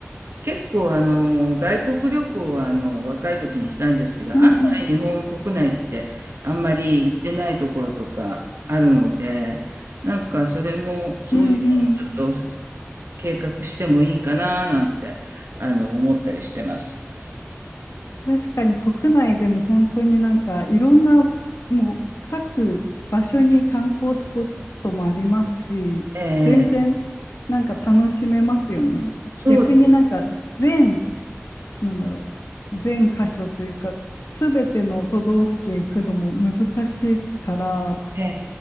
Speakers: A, on the right; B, on the left.
A: 結構あの外国旅行はあの若い時にしたんですけど、案外日本国内ってあんまり行ってないところとかあるので、
B: うんうん
A: なんかそれもそういうのもちょっと
B: うんうん。
A: 計画してもいいかななんてあの思ったりしてます。
B: 確かに国内でも本当になんかいろんなもう各場所に観光スポットもありますし、
A: ええ
B: 全然なんか楽しめますよね。
A: そうです。
B: 逆になんか全、なんだろう、全箇所というか、すべての都道府県行くのも難しいから、
A: えええ